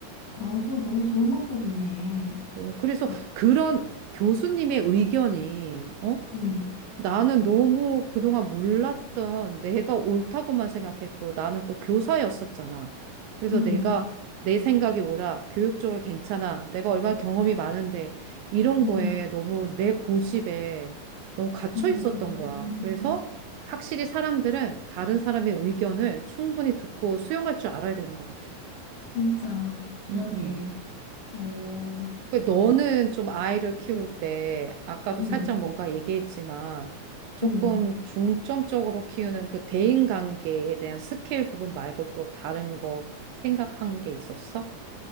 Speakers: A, on the left; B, on the right.
A: 아, 그거 너무 좋은 방법이네.
B: 어, 그래서
A: 어,
B: 그런 교수님의 의견이 어?
A: 음,
B: 나는 너무 그동안 몰랐던 내가 옳다고만 생각했고 나는 또 교사였었잖아. 그래서
A: 음,
B: 내가 내 생각이 옳아. 교육적으로 괜찮아. 내가 얼마나 경험이 많은데 이런
A: 음,
B: 거에 너무 내 고집에 너무 갇혀
A: 음,
B: 있었던
A: 음,
B: 거야. 그래서 확실히 사람들은 다른 사람의 의견을 충분히 듣고 수용할 줄 알아야 되는 것 같아.
A: 진짜, 그러게.
B: 응, 응.
A: 어,
B: 그 너는 좀 아이를 키울 때, 아까도
A: 음,
B: 살짝 뭔가 얘기했지만, 조금
A: 음.
B: 중점적으로 키우는 그 대인관계에 대한 스킬 부분 말고 또 다른 거 생각한 게 있었어?